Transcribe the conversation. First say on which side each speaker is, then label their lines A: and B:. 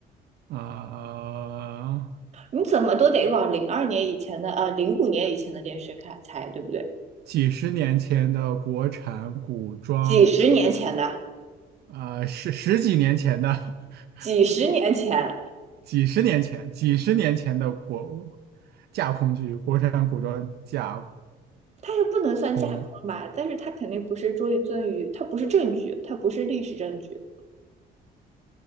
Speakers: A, on the right; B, on the right.
A: 呃。
B: 你怎么都得往零二年以前的，呃，零五年以前的电视看才对不对？
A: 几十年前的国产古装，
B: 几十年前的，
A: 呃，十十几年前的，<laughs>
B: 几十年前，
A: 几十年前，几十年前的国架空剧，国产古装架
B: 它也不能算架空吧，
A: 空
B: 但是它肯定不是于尊于，它不是证据，它不是历史证据。